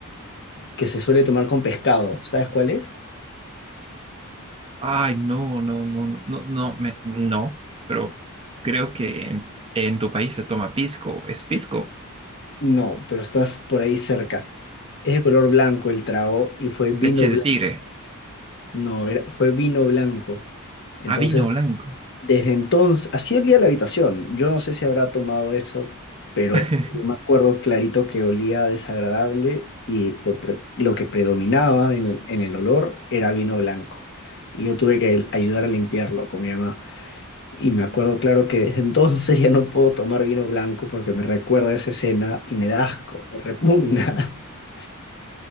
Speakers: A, on the left (about 55°); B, on the right (about 25°).
A: que se suele tomar con pescado. ¿Sabes cuál es?
B: Ay, no, no, no, no, no, me- no, pero creo que en, en tu país se toma pisco, es pisco,
A: No, pero estás por ahí cerca. Es de color blanco el trago y fue vino
B: leche
A: blanco.
B: de tigre.
A: No, era- fue vino blanco. Entonces
B: A vino blanco.
A: Desde entonces, así olía la habitación. Yo no sé si habrá tomado eso, pero
B: <laughs>
A: me acuerdo clarito que olía desagradable y lo, pre- lo que predominaba en, el en el olor era vino blanco. Y yo tuve que ayudar a limpiarlo con mi mamá. Y me acuerdo claro que desde entonces ya no puedo tomar vino blanco porque me recuerda a esa escena y me da asco, me repugna. <laughs>